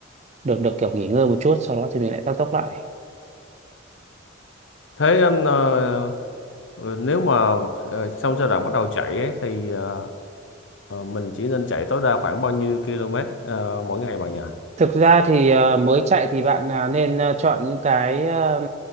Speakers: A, on the right (about 35°); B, on the left (about 75°).
A: được được kiểu nghỉ ngơi một chút sau đó thì mình lại tăng tốc lại
B: thế em, ờ, ờ, nếu mà ờ, sau giai đoạn bắt đầu chạy ấy, thì ờ, ờ, mình chỉ nên chạy tối đa khoảng bao nhiêu km ờ, mỗi ngày bạn nhỉ
A: Thực ra thì ờ, mới chạy thì bạn à, nên à, chọn những cái ờ,